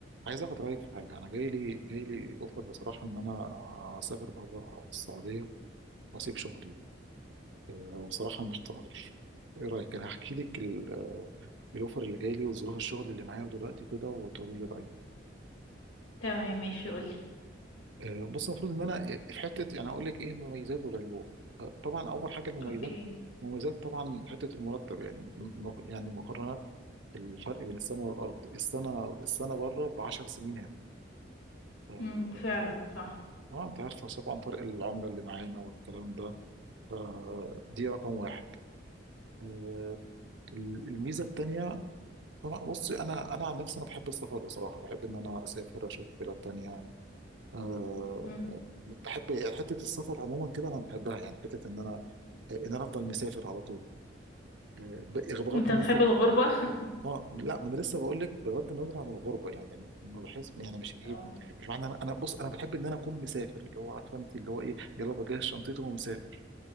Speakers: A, on the right (about 65°); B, on the left (about 75°).
A: عايز اخد رايك في حاجه انا جاي لي جاي لي اوفر بصراحه ان انا اسافر بره السعوديه واسيب شغلي أه، وبصراحه محتار ايه رايك انا هحكي لك ال- الاوفر اللي جاي لي وظروف الشغل اللي معايا دلوقتي كده وتقولي لي رايك
B: تمام ماشي قولي
A: أه، بص المفروض ان انا يعني في حته يعني اقول لك ايه المميزات والعيوب أه، طبعا اول حاجه المميزات
B: اوكي
A: المميزات طبعا حته المرتب يعني م- يعني مقارنات الفرق بين السماء والارض السنه السنه بره ب 10 سنين هنا أه،
B: امم فعلا صح
A: اه انت عارفه طبعا فرق العمله اللي معانا والكلام ده فدي رقم واحد آه، الميزه التانيه طبعا بصي انا انا عن نفسي انا بحب السفر بصراحه بحب ان انا اسافر اشوف بلاد تانية أه
B: امم
A: بحب حته السفر عموما كده انا بحبها يعني حته ان انا ان انا افضل مسافر على طول أه ب- بغض
B: انت
A: النظر
B: بتحب الغربة <laughs>
A: اه لا ما انا لسه بقول لك بغض النظر عن الغربه يعني ما بحس يعني مش ايه
B: اه
A: مش معنى انا انا بص انا بحب ان انا اكون مسافر اللي هو عارفه انت اللي هو ايه يلا بجهز شنطتي ومسافر